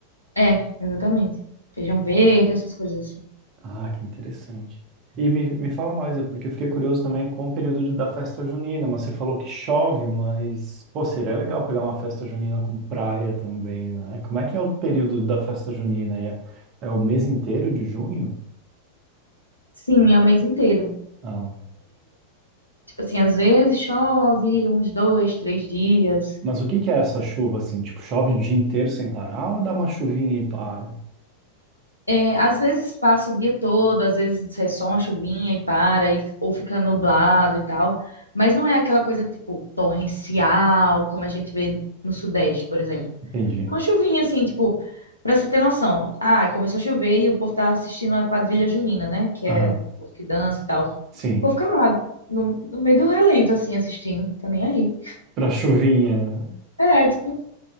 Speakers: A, on the left; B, on the right.
A: É, exatamente. Feijão verde, essas coisas assim.
B: Ah, que interessante. E me, me fala mais, é porque eu fiquei curioso também com o período de- da festa junina, mas você falou que chove, mas, pô, seria legal pegar uma festa junina com praia também, né? Como é que é o período da festa junina? É, é o mês inteiro de junho?
A: Sim, é o mês inteiro.
B: Ah,
A: Tipo assim, às vezes chove uns dois, três dias.
B: mas o que que é essa chuva, assim? Tipo, chove o dia inteiro sem parar ou dá uma chuvinha e para?
A: É, às vezes passa o dia todo, às vezes é só uma chuvinha e para, e- ou fica nublado e tal. Mas não é aquela coisa, tipo, torrencial, como a gente vê no Sudeste, por exemplo.
B: Entendi.
A: Uma chuvinha, assim, tipo, pra você ter noção. Ah, começou a chover e o povo tá assistindo a quadrilha junina, né? Que
B: Ah,
A: é o povo que dança e tal. O
B: sim,
A: povo fica lá, no, no meio do relento, assim, assistindo. Tá nem aí.
B: pra chuvinha.
A: É, tipo,